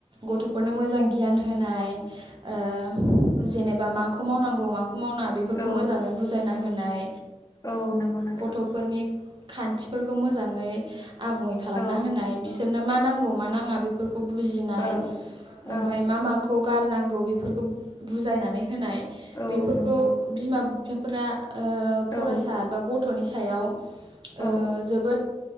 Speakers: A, on the right (about 45°); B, on the left (about 30°).
A: गथफोरनो मोजां गियान होनाय ओ जेनेबा माखौ मावनांगौ माखौ मावनाङा बेफोरखौ
B: औ औ
A: मोजाङै बुजायना हो होनाय
B: औ नंगौ नोंथां
A: गथ'फोरनि खान्थिफोरखौ मोजाङै। आबुङै खालामना
B: औ
A: होनाय बिसोर। नो मा नांगौ मा नाङा बेफोरखौ। खौ बुजिनाय
B: औ
A: ओमफाय
B: औ
A: मा माखौ गारनांगौ बेफोरखौ। बुजायनानै होनाय
B: औ
A: बेफोरखौ
B: नंगौ
A: बिमा बिफाफोरा ओ। फरायसा
B: औ
A: बा गथ'नि। सायाव। ओ
B: औ
A: जोबोद।